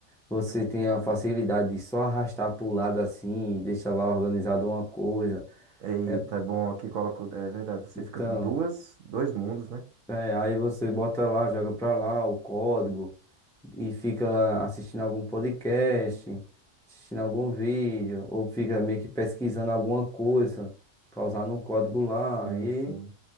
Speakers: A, in the centre; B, on the right.
A: você tem a facilidade de só arrastar pro lado assim e deixar lá organizado uma coisa.
B: Eita,
A: É,
B: é bom aqui coloco, é verdade, você
A: então.
B: fica com duas, dois mundos, né?
A: É, aí você bota lá, joga pra lá o código e fica assistindo algum podcast, assistindo algum vídeo, ou fica meio que pesquisando alguma coisa pra usar no código lá.
B: Sim,
A: E
B: sim.